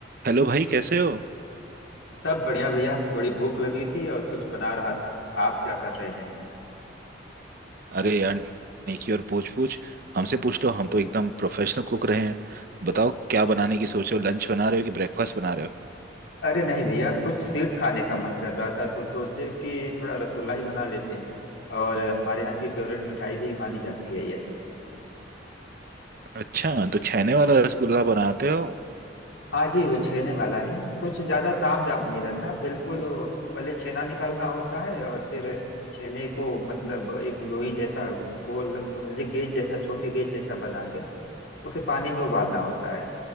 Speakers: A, on the right; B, on the left.
A: Hello भाई कैसे हो
B: सब बढ़िया भैया थोड़ी भूख लगी थी और कुछ बना रहा था आप क्या कर रहे हैं
A: अरे यार नेकी और पूछ पूछ हमसे पूछ लो हम तो एकदम प्रोफेशनल कुक रहे हैं बताओ क्या बनाने की सोचो लंच बना रहे हो कि ब्रेकफास्ट बना रहे हो
B: अरे नहीं भैया कुछ स्वीट खाने का मन कर रहा था तो सोचे कि थोड़ा रसगुल्ला ही बना लेते हैं और हमारे यहाँ की फेवरेट मिठाई भी मानी जाती है यह
A: अच्छा तो छेने वाला रसगुल्ला बनाते हो
B: हाँ जी वो छेने वाला है कुछ ज्यादा ताम झाम नहीं रहता बिल्कुल वो पहले छेना निकालना होता है और फिर छेने को मतलब एक लोई जैसा गोल समझ लीजिए गेज जैसा छोटे गेज जैसा बना के उसे पानी में उबालना होता है